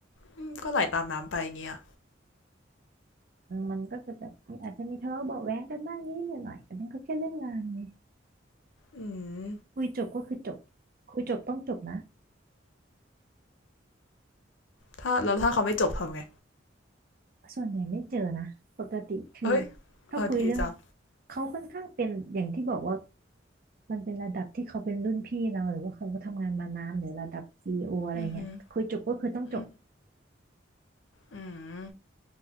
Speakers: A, on the left; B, on the right.
A: อืมก็ไหลตามน้ำไปอย่างเงี้ย
B: อืมมันก็จะแบบมีอาจจะมีทะเลาะเบาะแว้งกันบ้างนิดหน่อยแต่มันก็แค่เรื่องงานไง
A: อืม
B: คุยจบก็คือจบคุยจบต้องจบนะ
A: ถ้าแล้วถ้าเขาไม่จบทำไง
B: ส่วนใหญ่ไม่เจอนะปกติคือ
A: เฮ้ย
B: ถ้าคุยเรื่อง
A: เออดีจัง
B: เขาค่อนข้างเป็นอย่างที่บอกว่ามันเป็นระดับที่เขาเป็นรุ่นพี่เราหรือว่าเขาก็ทำงานมานานหรือระดับซีอีโออะไรเงี้ยคุยจบก็คือต้องจบ
A: อือฮึอื อืม